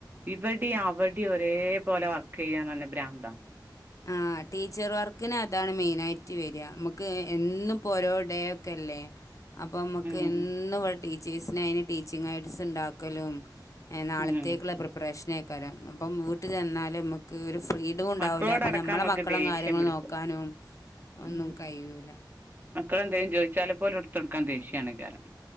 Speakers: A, on the right (about 25°); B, on the left (about 45°).
A: ഇവടിം അവടിം ഒരേപോലെ വർക്ക് ചെയ്യാൻ തന്നെ ബ്രാന്താണ് <inaudible>
B: ആഹ് ടീച്ചർ വർക്കിന് അതാണ് മെയിനായിട്ട് വരിക നമുക്ക് എന്നും ഓരോ ഡേ ഒക്കെയില്ലേ അപ്പം മ്മക്ക്
A: ഉം
B: എന്നും ഇവിടെ ടീച്ചേഴ്സിന് അയ്ന് ടീച്ചിങ് ഐഡ്സ് ണ്ടാക്കലും നാളത്തേക്കുള്ള
A: ഉം
B: പ്രിപ്പറേഷനേക്കാരം അപ്പം വീട്ടിൽ ചെന്നാലും നമുക്ക് ഒരു ഫ്രീഡും ണ്ടാവില്ല
A: മക്കളോടടക്കം
B: നമ്മളെ
A: നമ്മക്ക്
B: മക്കളും
A: ദേഷ്യം
B: കാര്യങ്ങളും
A: പിടിക്കും
B: നോക്കാനും ഒന്നും
A: ഉം
B: കഴിയൂല്ല
A: മക്കളെന്തേലും ചോദിച്ചാൽ പോലും എടുത്തടുക്കാൻ ദേഷ്യണ്കാരം